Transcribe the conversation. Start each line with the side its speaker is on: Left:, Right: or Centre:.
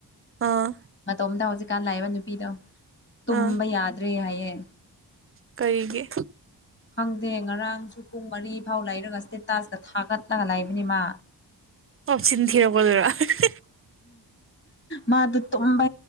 Right: ꯑꯥ
Left: ꯃꯇꯣꯝꯇ ꯍꯧꯖꯤꯛꯀꯥꯟ ꯂꯩꯕ ꯅꯨꯄꯤꯗꯣ꯫ ꯇꯨꯝꯕ
Right: ꯑ
Left: ꯌꯥꯗ꯭ꯔꯦ ꯍꯥꯏꯌꯦ
Right: ꯀꯔꯤꯒꯤ?
Left: ꯈꯪꯗꯦ ꯉꯔꯥꯡꯁꯨ ꯄꯨꯡ ꯃꯔꯤ ꯐꯥꯎ ꯂꯩꯔꯒ ꯏꯁꯇꯦꯇꯥꯁꯀ ꯊꯥꯒꯠꯂꯒ ꯂꯩꯕꯅꯦ ꯃꯥ꯫
Right: ꯃꯆꯤꯟ ꯊꯔꯀꯣꯗꯨꯔꯥ ꯑꯍꯤꯍꯤ꯫
Left: ꯃꯥꯗꯨ ꯇꯨꯝꯕ